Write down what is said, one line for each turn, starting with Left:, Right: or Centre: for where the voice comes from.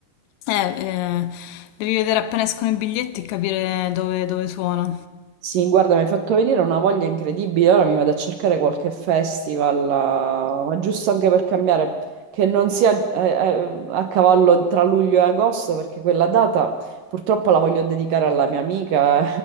Left: Eh, eh, devi vedere appena escono i biglietti e capire dove, dove suona.
Right: Sì, guarda, mi hai fatto venire una voglia incredibile. Ora mi vado a cercare qualche festival, eh, ma giusto anche per cambiare, che non sia eh, eh, a cavallo tra luglio e agosto, perché quella data purtroppo la voglio dedicare alla mia amica.